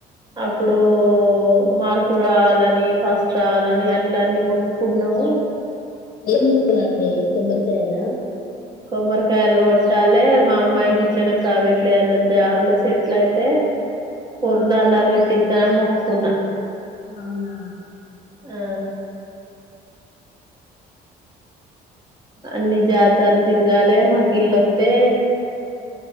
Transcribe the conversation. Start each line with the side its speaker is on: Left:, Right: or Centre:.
Right: అప్పుడో మార్ స్కుల్ రావాలని ఫస్ట్ రావాలని అట్ల అన్నీ మొక్కుకున్నాం
Left: ఏం ముక్కులండి కొబ్బరికాయల
Right: కొబ్బరికాయలు కొట్టాలి మా అమ్మాయికి ఇట్లనే ప్రైవేట్ లో ఏదన్నా జాబ్ లో సెట్లయితే పొర్లు
Left: ఆ
Right: దండాలు పెట్టిస్తా అని మొక్కుకున్నా
Left: అవునా
Right: ఆ అన్ని జాతర్లు తిరగాలే నాకు ఇల్లు వస్తే